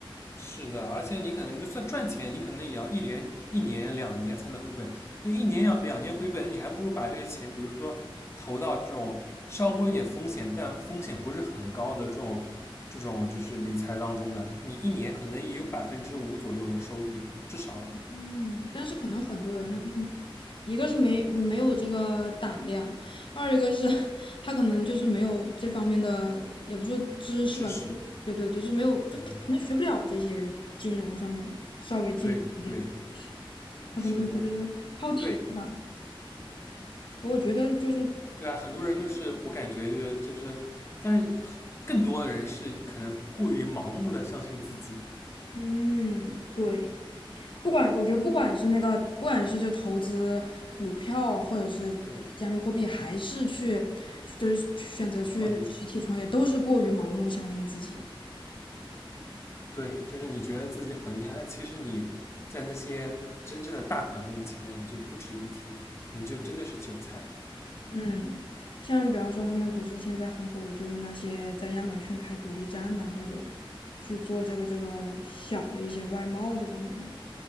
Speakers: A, on the left (about 30°); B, on the left (about 60°).
A: 是的，而且你可能就算赚钱，你可能也要一年、一年、两年才能回本。那一年要两年回本，你还不如把这个钱，比如说投到这种稍微有点风险，但风险不是很高的这种这种就是理财当中呢，你一年可能也有百分之五左右的收益，至少了。
B: 嗯，但是可能很多人他们，
A: 嗯，
B: 一个是没没有这个胆量，二一个是 <laughs> 他可能就是没有这方面的，也不说知识吧，
A: 知识，
B: 就是对对，就是没有，就可能学不了这些金融上面稍微金融一点，
A: 嗯，对对，
B: 他可能会觉得靠题吧。
A: 是的，对
B: 我觉得就是，
A: 对啊，很多人就是我感觉就是就是，但是更多的人是可能过于盲目的相信自己。
B: 嗯，对。不管我觉得不管是那个，不管是就投资股票，或者是加密货币，
A: 对，
B: 还是去就是去选择去实体创业，
A: 创业，
B: 都是过于盲目相信自己。
A: 对，就是你觉得自己很厉害，但其实你在那些真正的大款面前就不值一提，你就真的是韭菜
B: 嗯，像比方说他们不是现在很火的，就是那些在亚马逊开独立站呐、或者去做这个这个小的一些外贸这方面的嘛。